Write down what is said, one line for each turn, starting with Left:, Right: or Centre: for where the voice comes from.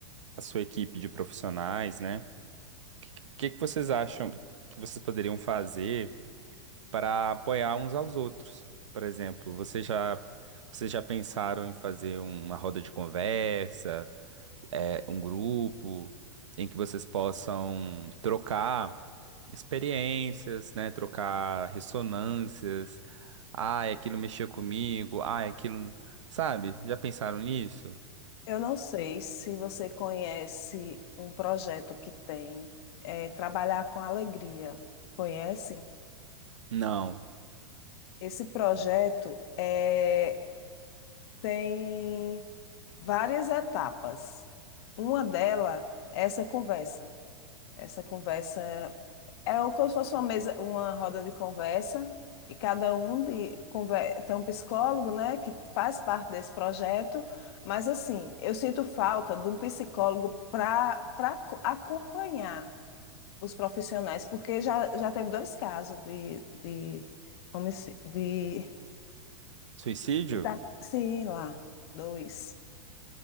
Right: a sua equipe de profissionais, né? O que que vocês acham que vocês poderiam fazer? para apoiar uns aos outros. Por exemplo, vocês já, vocês já pensaram em fazer uma roda de conversa, é, um grupo em que vocês possam trocar experiências, né? Trocar ressonâncias. Ah, aquilo mexeu comigo. Ah, aquilo. Sabe? Já pensaram nisso?
Left: Eu não sei se você conhece um projeto que tem é, Trabalhar com Alegria. Conhece?
Right: Não.
Left: Esse projeto é, tem várias etapas. Uma delas é essa conversa. Essa conversa É o- como se fosse uma mesa, uma roda de conversa, e cada um de, conver- tem um psicólogo, né, que faz parte desse projeto, mas assim, eu sinto falta de um psicólogo para para acompanhar os profissionais, porque já, já teve dois casos de, de, homici- de,
Right: Suicídio?
Left: tá- sim, lá, dois.